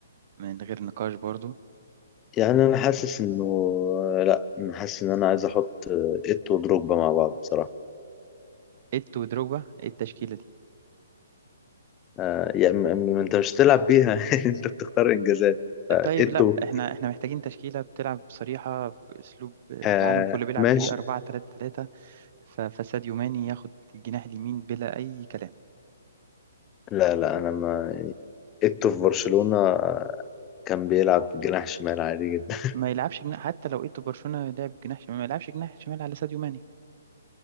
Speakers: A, on the right; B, on the left.
A: من غير نقاش برضو
B: يعني انا حاسس انه لا انا حاسس ان انا عايز احط ات ودروجبا مع بعض بصراحه
A: ايتو ودروجبا ايه التشكيلة دي
B: آه يعني م- م- انت مش هتلعب بيها <laughs> انت بتختار انجازات
A: طيب
B: اتو
A: لا احنا احنا محتاجين تشكيلة بتلعب بصريحة باسلوب العالم
B: آه
A: كله بيلعب
B: ماشي
A: بيه 4 3 3 فساديو ماني ياخد الجناح اليمين بلا اي كلام
B: لا لا انا ما اتو في برشلونه آه، كان بيلعب جناح شمال عادي جدا <laughs>
A: ما يلعبش جناح حتى لو ايتو برشلونة لعب جناح شمال ما يلعبش جناح شمال على ساديو ماني